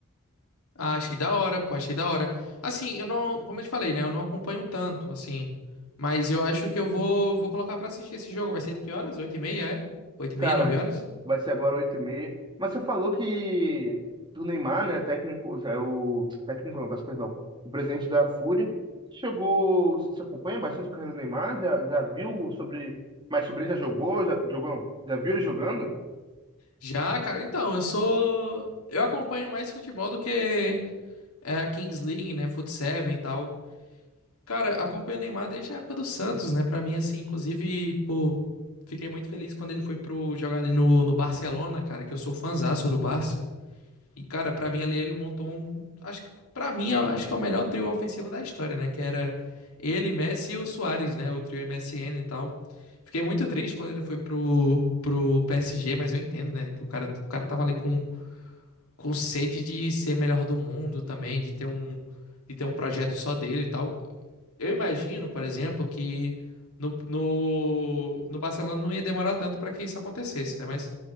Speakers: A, on the left; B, on the right.
A: Ah, achei da hora, pô, achei da hora. Assim, eu não, como eu te falei, né, eu não acompanho tanto assim, mas eu acho que eu vou vou colocar pra assistir esse jogo. Vai ser de que horas? Oito e meia, é? Oito e
B: Cara,
A: meia, nove horas?
B: vai ser agora oito e meia. Mas você falou que do Neymar, né? Técnico, é o técnico, não, peço perdão. O presidente da Fúria. Chegou. Você acompanha bastante a carreira do Neymar? Já, já viu sobre. mais sobre ele já jogou? Já, jogou? não, Já viu ele jogando?
A: Já, cara, então, eu sou. Eu acompanho mais futebol do que. É a Kings League, né? Foot Seven e tal. Cara, acompanho o Neymar desde a época do Santos, né? Pra mim, assim, inclusive, pô, fiquei muito feliz quando ele foi pro jogar ali no, no Barcelona, cara, que eu sou fãzaço do Barça. E, cara, pra mim ali ele montou um. Acho que, pra mim, eu acho que é o melhor trio ofensivo da história, né? Que era ele, Messi e o Suárez, né? O trio MSN e tal. Fiquei muito triste quando ele foi pro, pro PSG, mas eu entendo, né? Que o cara, o cara tava ali com com sede de ser melhor do mundo também, de ter um, de ter um projeto só dele e tal. Eu imagino, por exemplo, que no, no, no Barcelona não ia demorar tanto para que isso acontecesse, né? Mas